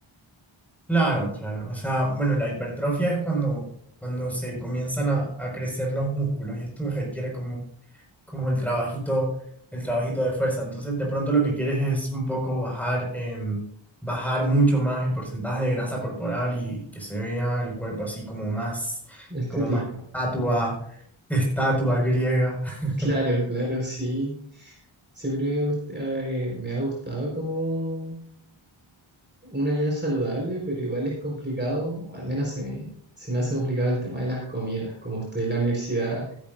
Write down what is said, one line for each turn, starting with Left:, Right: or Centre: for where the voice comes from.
Centre: Claro, claro. O sea, bueno, la hipertrofia es cuando, cuando se comienzan a, a crecer los músculos y esto requiere como, como el trabajito, el trabajito de fuerza. Entonces, de pronto lo que quieres es un poco bajar, em, bajar mucho más el porcentaje de grasa corporal y, y que se vea el cuerpo así como más,
Right: estético.
Centre: como más
Right: <laughs>
Centre: estatua, estatua griega. <laughs>
Right: Claro, claro, sí. Siempre me gust- eh, me ha gustado como una vida saludable, pero igual es complicado, o al menos se me, se me hace complicado el tema de las comidas, como estoy en la universidad.